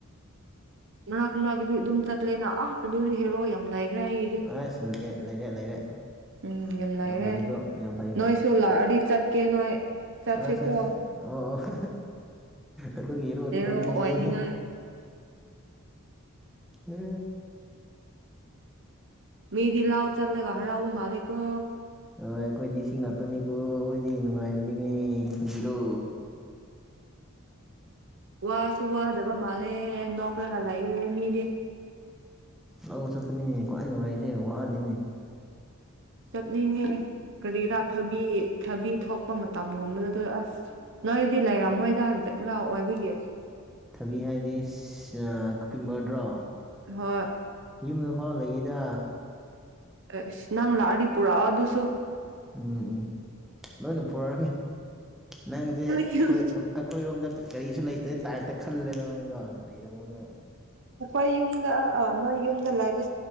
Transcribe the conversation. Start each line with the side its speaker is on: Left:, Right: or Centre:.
Right: ꯉꯅꯥꯛꯅꯥꯀꯤꯗꯤ ꯑꯗꯨꯝ ꯆꯠꯂꯦꯅ ꯑꯥ ꯑꯗꯨꯗꯤ ꯍꯦꯔꯣ ꯌꯥꯝ ꯂꯥꯏ ꯈꯔꯦ ꯑꯩꯒꯤꯗꯤ
Centre: ꯑꯁ ꯂꯩꯔꯦ ꯂꯩꯔꯦ
Right: ꯎꯝ ꯌꯥꯝ ꯂꯥꯏꯔꯦ
Centre: ꯐꯩꯀꯣ ꯌꯥꯝ
Right: ꯅꯣꯏꯁꯨ ꯂꯥꯛꯑꯗꯤ ꯆꯠ ꯀꯦ ꯅꯣꯏ ꯆꯠꯁꯤꯀꯣ
Centre: ꯑ ꯑꯣ ꯑꯣ ꯍ ꯑꯗꯨꯒꯤ ꯌꯦꯔꯣꯗꯤ
Right: ꯍꯦꯔꯣ
Centre: ꯇꯧꯅꯤꯡꯅꯦꯦ
Right: ꯑꯣꯏꯅꯤꯡꯉꯥꯏ
Centre: ꯎ
Right: ꯃꯤꯗꯤ ꯂꯑꯣ ꯆꯜꯂꯒ ꯍꯔꯥꯎꯕ ꯃꯥꯂꯤꯒꯣ
Centre: ꯍꯣꯏ ꯑꯩꯈꯣꯏꯗꯤ ꯁꯤ ꯉꯥꯛꯇꯅꯤꯀꯣ ꯑꯩꯈꯣꯏꯗꯤ ꯅꯨꯡꯉꯥꯏꯕꯅꯤ ꯀ ꯈꯕꯤꯔꯣ
Right: ꯋꯥꯁꯨ ꯋꯥꯗ ꯃꯥꯂꯦ ꯅꯈꯂꯒ ꯂꯌꯦ ꯃꯤꯗꯤꯦ
Centre: ꯑꯥꯎ ꯆꯠ ꯑꯗꯨꯅꯦ ꯀꯋꯥꯏ ꯅꯨꯡ ꯋꯥꯔꯤ ꯑꯩꯁꯦ ꯋꯥ ꯑꯗꯨꯅꯦ
Right: ꯆꯠꯅꯤꯡꯉꯦ ꯀꯔꯤꯔꯥꯊꯕꯤ ꯊꯕꯤ ꯊꯣꯛꯄ ꯃꯇꯝꯒꯨꯝꯕꯗꯨꯗ ꯑꯁ ꯅꯣꯏꯗꯤ ꯂꯩꯔꯝꯃꯣꯏꯗꯖꯦꯛ ꯂꯥꯎꯑꯣ ꯑꯣꯏꯕꯒꯤ
Centre: ꯊꯕꯤ ꯍꯥꯏꯗꯤ ꯀꯨꯀꯤꯝꯕꯗ꯭ꯔꯣ
Right: ꯍ
Centre: ꯌꯨꯝꯗ ꯐꯥꯎ ꯂꯩꯏꯗ
Right: ꯑꯦꯁ ꯅꯪ ꯂꯥꯛꯑꯗꯤ ꯄꯨꯔꯛꯑꯣ ꯑꯗꯨꯁꯨ
Centre: ꯎꯝ ꯎꯝ ꯂꯣꯏꯅꯨ ꯄꯨꯔ ꯅꯪꯁꯦ
Right: ꯅꯣꯏ
Centre: ꯑꯩꯈꯣꯏ
Right: ꯌꯨꯝ
Centre: ꯑꯩꯈꯣꯏꯔꯣꯝꯗ ꯀꯔꯤꯁꯨ ꯂꯩꯇꯦ ꯇꯥꯏꯔꯞꯇ ꯈꯜꯂꯦꯕ ꯅꯪꯒꯥ ꯂꯩꯩꯔ ꯃꯨꯅ
Right: ꯍꯣꯏ ꯌꯨꯝꯗ ꯑ ꯅꯣꯏ ꯌꯨꯝꯗ ꯂꯩꯕ